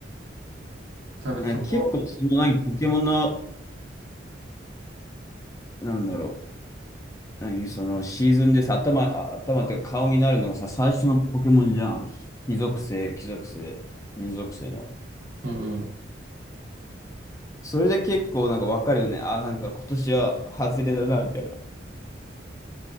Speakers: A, on the right (about 70°); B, on the left (about 15°).
A: 多分そこ。
B: なんか結構、そのなんかポケモンの、なんだろう。何そのシーズンでさ、頭、あ頭っていうか顔になるのがさ、最初のポケモンじゃん。火属性、木属性、水属性の。
A: うんうん。
B: それで結構なんかわかるよね。あ、なんか今年は外れだな、みたいな。